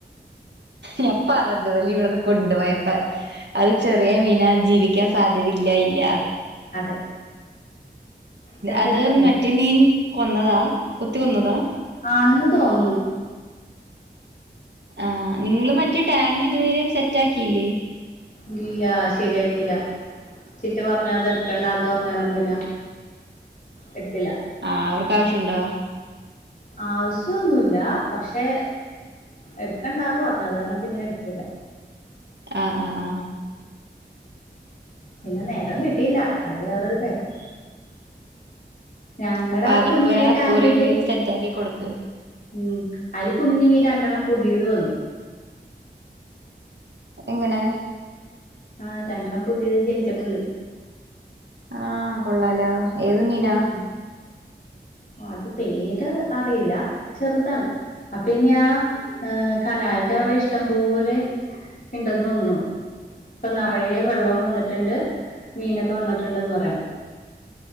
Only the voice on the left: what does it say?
അതെ. ചത്ത്
കഴിഞ്ഞപ്പോ
ആണെന്ന് തോന്നുന്നു.
ഇല്ല ശരിയാക്കില്ല ചിറ്റ പറഞ്ഞ് അത് എടുക്കണ്ടാന്ന് പറഞ്ഞാ കാരണം പിന്നെ- എടുത്തില്ല.
ആവശ്യമൊന്നുമല്ല പക്ഷേ എടുക്കണ്ടാന്ന് പറഞ്ഞു അത് കാരണം പിന്നെ എടുത്തില്ല.
പിന്നെ നേരം കിട്ടിയില്ല അത് വേറൊരു കാര്യം. ഞങ്ങടെ
ആ
കുഞ്ഞിടാങ്കില്.
ഉം അതില് കുഞ്ഞ് മീൻ രണ്ടെണ്ണം പുതിയത് വന്നു.
ആഹ് രണ്ടെണ്ണം പുതിയത് ജനിച്ചിട്ടുണ്ട്.
ഉം അത് പേര് അറിയില്ല ചെറുതാണ്. അപ്പോ ഇനി ആഹ് കനാലിന്റെ അവിടെ ഇഷ്ടം പോലെ. ഇണ്ടെന്ന് തോന്നുന്നു. ഇപ്പോ നറയെ വെള്ളവും വന്നിട്ടുണ്ട് മീനൊക്കെ വന്നിട്ടുണ്ടന്ന് പറയണു.